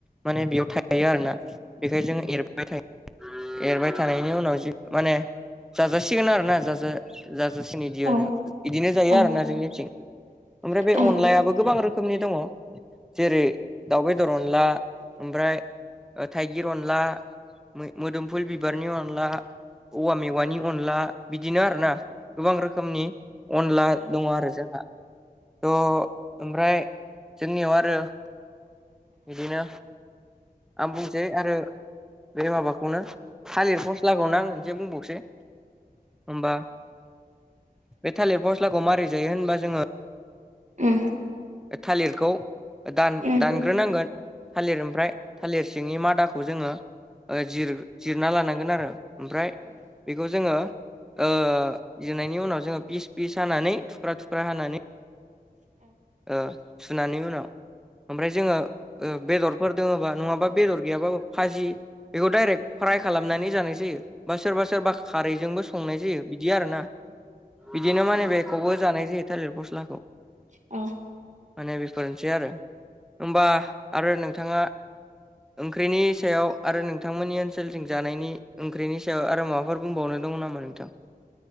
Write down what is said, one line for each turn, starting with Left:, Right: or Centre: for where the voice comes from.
Centre: माने बेयाव थायो आरोना बेखायनो जों एरबोबाय जायो। एरबाय थानायनि उनाव जि माने जाजासिगोन आरोना जाजा जाजासिनो बिदियनो
Right: औ
Centre: बिदिनो जायो
Right: औ
Centre: आरो ना जोंनिथिं ओमफ्राय बे
Right: औ
Centre: अनलायाबो गोबां रोखोमनि दङ जेरै दाउ बेदर अनला ओमफ्राय थाइगिर अनला मोदोमफुल बिबारनि अनला औवा मेवानि अनला बिदिनो आरोना गोबां रोखोमनि अनला दङ आरो जोंहा थ' ओमफ्राय ओंनियाव आरो बिदिनो आं बुंसै आरो बे माबाखौनो थालिर फस्लागनो आं खनसे बुंबावसै होमबा बे थालिर फस्लाखौ मारै जायो होनबा जोङो
Right: ओ
Centre: थालिरखौ दान
Right: जोंनिथिंथ'
Centre: दानग्रोनांगोन थालिर ओमफ्राय थालिर सिंनि मादाखौ जोङो ओ जिर जिरना लानांगोन आरो ओमफ्राय बेखौ जोङो ओ जिरनायनि उनाव जोङो फिस फिस हानानै थुख्रा थुख्रा हानानै ओ सुनायनि उनाव ओमफ्राय जोङो बेदरफोर दोङोबा नङाबा बेदर गैयाबाबो फाजि बेखौ डाइरेक्ट फ्राइ खालामनानै जानाय जायो। बा सोरबा सोरबा खारैजोंबो संनाय जायो बिदि आरोना बिदिनो माने बेखौबो जानाय जायो थाइलेर फस्लाखौ
Right: औ
Centre: माने बेफोरनोसै आरो होमबा आरो नोंथाङा ओंख्रिनि सायाव आरो नोंथांमोननि ओनसोलजों जानायनि ओंख्रिनि सायाव आरो माबाफोर बुंबावनो दङ नामा नोंथां